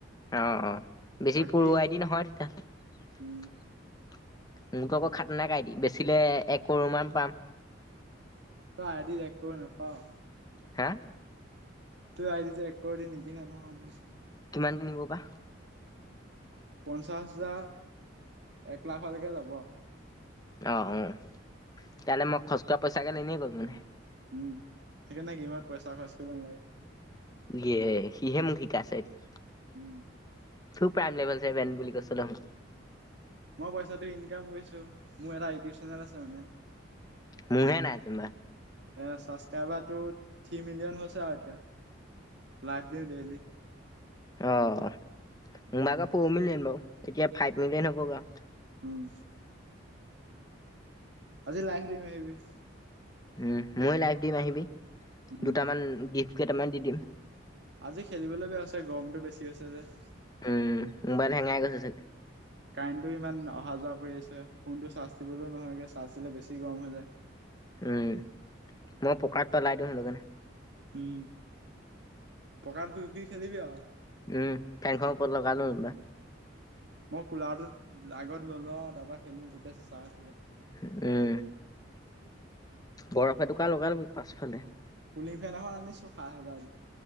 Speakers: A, on the left; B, on the right.
A: অ' অ' বেছি
B: বাকী
A: প্ৰ'ৰৱাইদি নহয় তেতিয়াহ'লে।
B: উম,
A: মোৰটো আকৌ খাতৰনাক আইদি বেচিলে, এক ক'ৰোৰ মান পাম।
B: তই আইড এক ক'ৰোৰ নেপাৱ।
A: হা।
B: তোৰ আইদিটো এক ক'ৰৰ দি নিকিনে নহয় মানুহে।
A: কিমান কে কিনিব বা?
B: পঞ্চাশ হাজাৰ এক লাখলৈকে যাব।
A: অ' অ' তেতিয়াহ'লে মই খৰচ কৰা পইচাগাল এনেয়ে গ'ল মানে?
B: উম, সেইকাৰণে গেমত পইচা খৰচ কৰিব নালাগে।
A: ইয়ে, সিহে মোক শিকাইছে এতিয়া।
B: উম,
A: তোৰ প্ৰাইম লেভেল ছেভেন বুলি কৈছিলি দেখোন?
B: মই পইচাটো ইনকাম কৰিছো, মোৰ এটা ইউটিউব চেনেল আছে মানে।
A: মোহে নাই যেনিবা
B: এ ছাবস্ক্ৰাইবাৰটো থ্ৰী মিলিয়ন হৈছে আৰু এতিয়া। লাইভ দিওঁ ডেইলি।
A: আহ। মোৰ ভাগৰ ফ'ৰ মিলিয়ন বাৰু এতিয়া ফাইভ মিলিয়ন হ'ব গৈ
B: উম। আজি লাইভ দিম আহিবি।
A: উম ময়ো লাইভ দিম আহিবি।
B: উম।
A: দুটামান গিফ্ট কেইটামান দি দিম।
B: আজি খেলিবলৈ বেয়া হৈছে গৰমতটো বেছি হৈছে যে।
A: উম মোবাইল হেঙাই গৈছে চাগে?
B: কাৰেণ্টটো ইমান অহা যোৱা কৰি আছে ফোনটো চাৰ্জ দিবলৈও নহয়গে চাৰ্জ দিলে বেছি গৰম হৈ যায়।
A: উম, মই পকাত পেলাই দিওঁ সেইটোকাৰণে।
B: উম। পকাত শুই শুই খেলিবি আৰু
A: উম, ফেনখন ওপৰত লগাই লওঁ যিনিবা।
B: মই কোলাৰটোত আগত লই লওঁ তাৰ পৰা খেলো তেতিয়া চেচাকে থাকে।
A: উম। বৰফ এটুকা লগাই ল'বি পাছফালে।
B: কুলিং ফেন এখন আনিছো সাত হাজাৰ